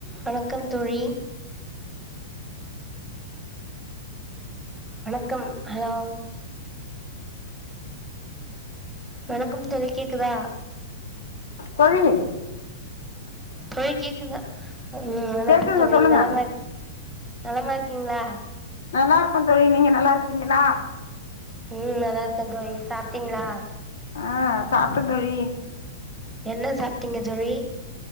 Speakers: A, in the centre; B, on the left (about 80°).
A: வணக்கம் தோழி வணக்கம் ஹலோ வணக்கம் தோழி கேக்குதா
B: தோழி
A: தோழி கேக்குதா ம் வணக்கம்
B: கேக்குதுங்க
A: தோழி
B: சொல்லுங்க
A: நலமா இருக் நலமா இருக்கீங்களா
B: நல்லா இருக்கோம் தோழி நீங்க நல்லா இருக்கீங்ளா
A: ம் நல்லா இருக்கேன் தோழி சாப்டீங்களா
B: ஆ சாப்பிட்டே தோழி
A: என்ன சாப் டிங்க தோழி